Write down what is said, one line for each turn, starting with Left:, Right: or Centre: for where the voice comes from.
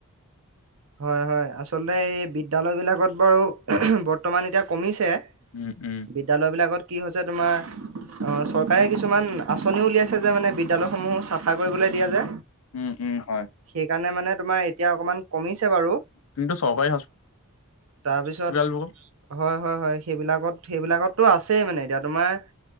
Right: হয় হয় আচলতে এই বিদ্যালয়বিলাকত বাৰু বৰ্তমান এতিয়া কমিছে
Left: উম উম
Right: বিদ্যালয়বিলাকত কি হৈছে তোমাৰ অ', চৰকাৰে কিছুমান আঁচনি উলিয়াইছে যে মানে বিদ্যালয়সমূহ চাফা কৰিবলৈ দিয়ে যে,
Left: উম উম হয়
Right: সেইকাৰণে মানে তোমাৰ এতিয়া <unintelligible> বাৰু
Left: কিন্তু চৰকাৰী
Right: তাৰপিছত
Left: হস্পিতালবোৰ
Right: হয়, হয়, হয়। সেইবিলাকত সেইবিলাকততো আছেই তোমাৰ